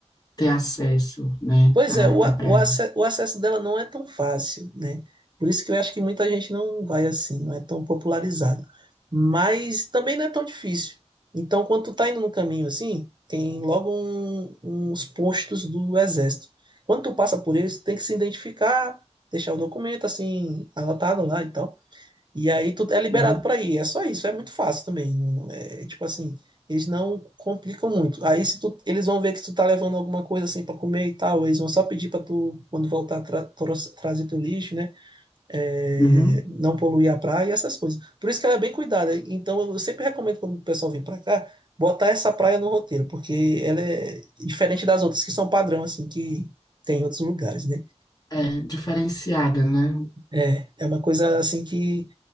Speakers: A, on the left; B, on the right.
A: ter acesso, né,
B: Pois
A: à,
B: é, o, a-
A: à praia?
B: o, ace- o acesso dela não é tão fácil, né? Por isso que eu acho que muita gente não vai assim, não é tão popularizado. Mas também não é tão difícil. Então, quando tu tá indo no caminho assim, tem logo um- uns postos do exército. Quando tu passa por eles, tu tem que se identificar, deixar o documento assim, anotado lá e tal. E aí tu é liberado
A: Uhum.
B: para ir. É só isso, é muito fácil também. não- É, tipo assim, eles não complicam muito. Aí se tu, eles vão ver que tu tá levando alguma coisa assim para comer e tal, eles vão só pedir para tu, quando voltar, tra tro- trazer teu lixo, né? É,
A: Uhum.
B: não poluir a praia e essas coisas. Por isso que ela é bem cuidada. Então eu sempre recomendo quando o pessoal vem para cá, botar essa praia no roteiro, porque ela é diferente das outras que são padrão, assim, que tem em outros lugares, né?
A: É diferenciada, né?
B: É, é uma coisa assim que